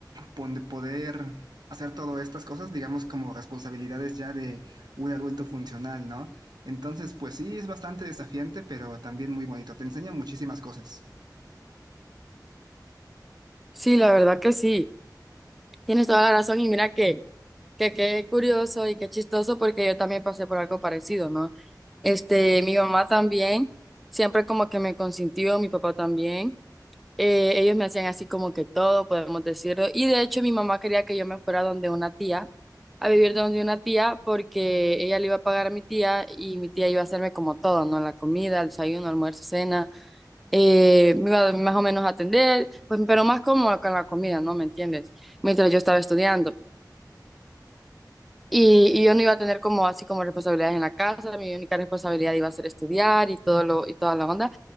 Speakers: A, on the right (about 70°); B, in the centre.
A: donde poder hacer todas estas cosas, digamos, como responsabilidades ya de un adulto funcional, ¿no? Entonces, pues sí, es bastante desafiante, pero también muy bonito. Te enseña muchísimas cosas.
B: Sí, la verdad que sí. Tienes toda la razón y mira que, que qué curioso y qué chistoso porque yo también pasé por algo parecido, ¿no? Este, mi mamá también, siempre como que me consintió, mi papá también. Eh, ellos me hacían así como que todo, podemos decirlo. Y de hecho mi mamá quería que yo me fuera donde una tía, a vivir donde una tía porque ella le iba a pagar a mi tía y mi tía iba a hacerme como todo, ¿no? La comida, el desayuno, almuerzo, cena eh, me iba más o menos a atender, pues, pero más como con la comida, ¿no? ¿Me entiendes? Mientras yo estaba estudiando. Y, y yo no iba a tener como así como responsabilidades en la casa, mi única responsabilidad iba a ser estudiar y todo lo, y toda la onda.